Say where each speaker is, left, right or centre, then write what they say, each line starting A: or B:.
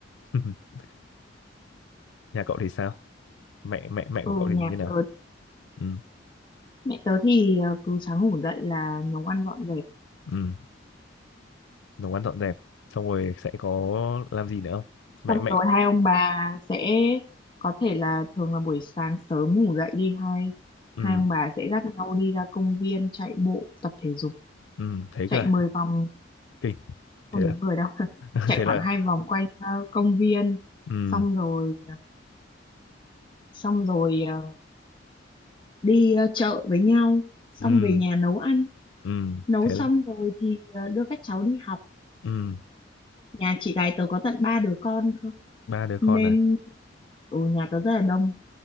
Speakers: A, on the left; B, on the left.
A: <laughs> nhà cậu thì sao mẹ mẹ mẹ
B: ừ,
A: của cậu
B: nhà
A: thì như nào
B: tớ,
A: ừ
B: mẹ tớ thì ờ, cứ sáng ngủ dậy là nấu ăn dọn dẹp.
A: ừ nấu ăn dọn dẹp xong rồi sẽ có làm gì nữa không mẹ
B: Xong
A: mẹ
B: rồi hai ông bà sẽ có thể là thường là buổi sáng sớm ngủ dậy đi hai
A: ừ
B: hai ông bà sẽ dắt nhau đi ra công viên chạy bộ tập thể dục
A: ừ thế
B: chạy
A: cơ à?
B: 10 vòng
A: kinh
B: không
A: thế là
B: đến 10 đâu <laughs>
A: <laughs>
B: chạy
A: thế là
B: khoảng hai vòng quanh ờ, công viên
A: ừ
B: xong rồi ờ, xong rồi ờ, đi ờ, chợ với nhau xong
A: ừ
B: về nhà nấu ăn
A: ừ
B: nấu
A: thế
B: xong
A: là,
B: rồi thì ờ, đưa các cháu đi học
A: ừ
B: nhà chị gái tớ có tận ba đứa con cơ
A: ba đứa
B: nên
A: con à
B: ở nhà tớ rất là đông